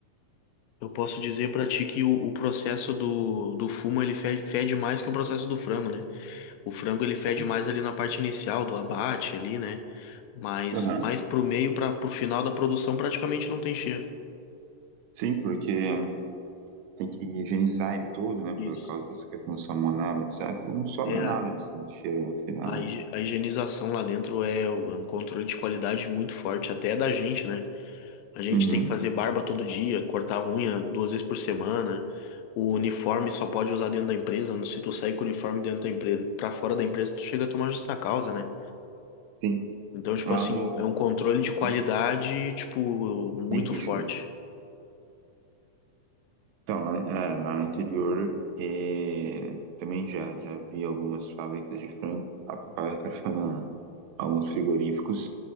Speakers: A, on the left; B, on the right.
A: Eu posso dizer pra ti que o, o processo do, do fumo ele fede, fede mais que o processo do frango, né? O frango ele fede
B: Nossa.
A: mais ali na parte inicial do abate ali, né? Mas
B: Aham.
A: mais pro meio para pro final da produção praticamente não tem cheiro.
B: Sim, porque tem que higienizar ele todo, né,
A: Isso.
B: por causa dessa questão do salmonela, etc. Não sobra
A: É
B: nada
A: a,
B: de cheiro no final,
A: a, hi-
B: né?
A: a higienização lá dentro é, o- é um controle de qualidade muito forte até da gente, né? A gente
B: Uhum,
A: tem que fazer barba todo dia, cortar unha duas vezes por semana. O uniforme só pode usar dentro da empresa. não- Se tu sair com o uniforme dentro da empresa, pra fora da empresa, tu chega a tomar justa causa, né?
B: sim.
A: Então, tipo
B: Lá
A: assim,
B: no...
A: é um controle de qualidade,
B: uhum,
A: tipo, muito
B: Bem rígido.
A: forte.
B: Então, lá, é, lá no interior, é, também já, já vi algumas fábricas de frango, fá- fábrica de frango, não, alguns frigoríficos,